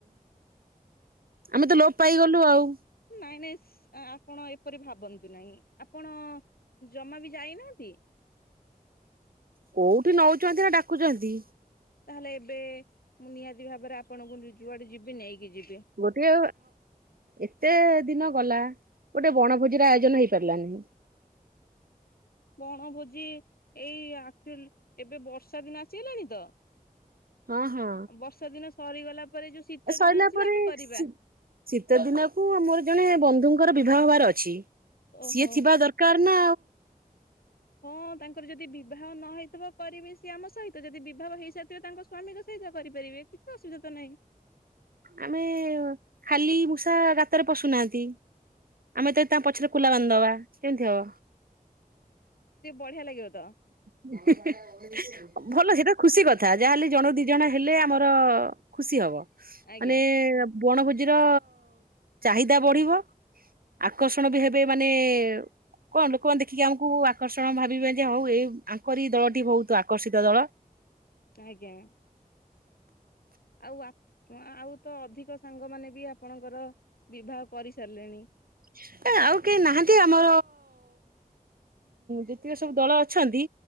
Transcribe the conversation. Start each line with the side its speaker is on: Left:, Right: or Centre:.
Left: <inaudible>
Right: ଆମେ ତ ଲୋପ ପାଇଗଲୁ ଆଉ।
Left: ନାଇଁ ନାଇଁ ଆପଣ ଏପରି ଭାବନ୍ତୁ ନାହିଁ, ଆପଣ ଜମା ବି ଯାଇନାହାନ୍ତି।
Right: କୋଉଠି ନଉଛନ୍ତି ନା ଡାକୁଛନ୍ତି।
Left: ତାହେଲେ ଏବେ ମୁଁ ନିହାତି ଭାବରେ ଆପଣଙ୍କୁଜୁଆଡେ ଯିବି ନେଇକି ଯିବି।
Right: ଗୋଟିଏ ଏତେ ଦିନ ଗଲା ଗୋଟେ ବଣଭୋଜିର ଆୟୋଜନ ହେଇପାରିଲାନି।
Left: ବଣଭୋଜି ଏଇ ଆକ୍ଚୁଆଲି ଏବେ ବର୍ଷା ଦିନ ଆସିଗଲାଣି ତ।
Right: ହଁ ହଁ
Left: ବର୍ଷା ଦିନ ସରିଗଲା ପରେ ଯୋଉ ଶୀତ
Right: ସଇଲା
Left: ଦିନ ଆସିବ
Right: ପରେ
Left: ଆମେ କରିବା
Right: ଶୀତ ଦିନକୁ ଆମର ଜଣେ ବନ୍ଧୁଙ୍କର ବିବାହ ହବାର ଅଛି
Left: ଓହୋ
Right: ସିଏ ଥିବା ଦର <inaudible>
Left: ହଁ, ତାଙ୍କର ଯଦି ବିବାହ ନ ହେଇଥିବ, କରିବେ ସିଏ ଆମ ସହିତ। ଯଦି ବିବାଭ ହେଇ ସାର୍ ଥିବ ତାଙ୍କ ସ୍ୱାମୀ ଙ୍କ ସ--ତ କରି ପାରିବେ, କିଛି ଅସୁବିଧା ତ ନାଇଁ।
Right: ଆମେ, ଖାଲି ମୂଷା ଗାତରେ ପଶୁ ନାହାନ୍ତି। ଆମେ ଯେ ତା ପଛ୍ ରେ କୁଲା ବାନ୍ ଦବା, କେମ୍ ହବ?
Left: ବଢ଼ିଆ ଲାଗିବ ତ।
Right: <unintelligible> ଭଲ ସେଇଟା ଖୁସି କଥା, ଯା ହେଲେ ଜଣେ ଦି ଜଣ ହେଲେ ଆମର ଖୁସି ହବ,
Left: ଆଜ୍ଞା
Right: ମାନେ ବଣ ଭୋଜିର ଚାହିଦା ବଢ଼ିବ। ଆକର୍ଷଣ ବି ହେବେ, ମାନେ କଣ୍? ଲୋକମାନେ ଦେଖିକି ଆମକୁ ଆକର୍ଷଣ ଭାବିବେ। ହଉ ଏ----ଆଙ୍କରି ଦଳଟି ଭଉତ୍ ଆକର୍ଷିତ ଦଳ।
Left: <inaudible> ଆଉ ଆଉ ତ ଅଧିକ ସାଙ୍ଗ ମାନେ ବି ଆପଣଙ୍କର ବିବାହ କରି ସାର୍ଲେଣି।
Right: ଏ, ଆଉ କେହି ନାହାନ୍ତି ଆମ ଯେତିକ ସବୁ ଦଳ ଅଛନ୍ତି।